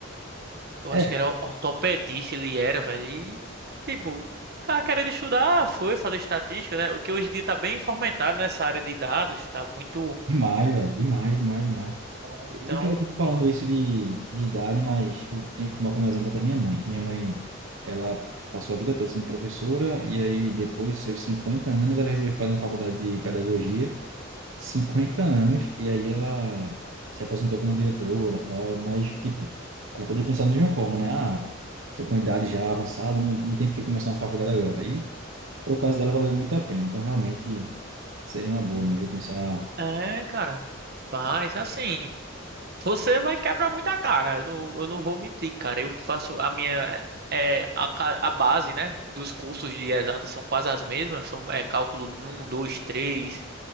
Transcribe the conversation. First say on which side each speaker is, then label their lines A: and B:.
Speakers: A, on the right; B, on the right.
A: eu
B: É,
A: acho que era ortopedista, ele era, velho. E, tipo, tava querendo estudar, foi fazer estatística, né? O que hoje em dia tá bem fomentado nessa área de dados, tá muito.
B: demais, velho, demais, demais, demais.
A: Então,
B: E pior que eu tô falando isso de, de idade, mas eu tenho que tomar como exemplo até minha mãe, que minha mãe, ela passou a vida toda sendo professora, e aí depois dos seus 50 anos, ela resolveu fazer uma faculdade de pedagogia, 50 anos, e aí ela se aposentou como diretora, tal, mas, tipo, ela podia pensar da mesma forma, né? Ah, tô com idade já avançada, não, não tem por que começar uma faculdade agora. E, pro caso dela, valeu muito a pena, então realmente seria uma boa mesmo eu pensar.
A: é, cara, faz assim. Você vai quebrar muita cara, eu não, eu não vou mentir, cara. Eu faço a minha. É, a, ca- a base, né, dos cursos de exatas são quase as mesmas, são é, cálculo um, 2, 3,